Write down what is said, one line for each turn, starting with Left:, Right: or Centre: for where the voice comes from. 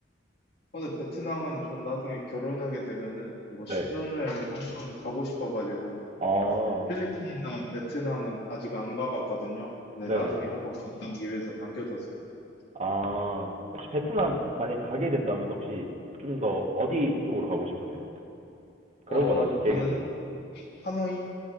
Left: 어, 근데 베트남은 전 나중에 결혼하게 되면은 뭐 신혼여행을
Right: 네.
Left: 한번 가고 싶어가지고.
Right: 아,
Left: 네, 필리핀이나 베트남은 아직 안 가봤거든요. 네,
Right: 네.
Left: 나중에 한번 갔다 오기 위해서 남겨뒀습니다.
Right: 아, 혹시 베트남 만약에 가게 된다면 혹시 좀 더 어디 쪽으로 가고 싶으세요? 그런
Left: 어,
Right: 건 아직 계획이
Left: 저는
Right: 없나요?
Left: 하노이?